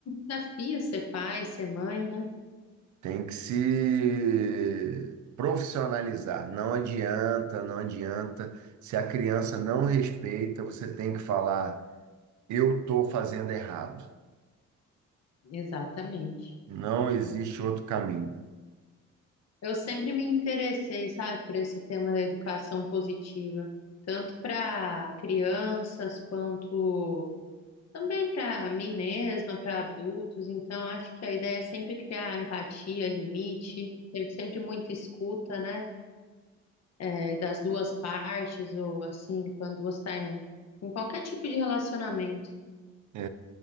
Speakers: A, on the left (about 60°); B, on the right (about 70°).
A: desafio ser pai, ser mãe, né?
B: Tem que se profissionalizar. Não adianta, não adianta. Se a criança não respeita, você tem que falar: eu estou fazendo errado.
A: Exatamente.
B: Não existe outro caminho.
A: Eu sempre me interessei, sabe, por esse tema da educação positiva, tanto para crianças quanto também para mim mesma, para adultos. Então, acho que a ideia é sempre criar empatia, limite, ter sempre muita escuta, né, é, das duas partes, ou assim, quando você está em, em qualquer tipo de relacionamento.
B: É,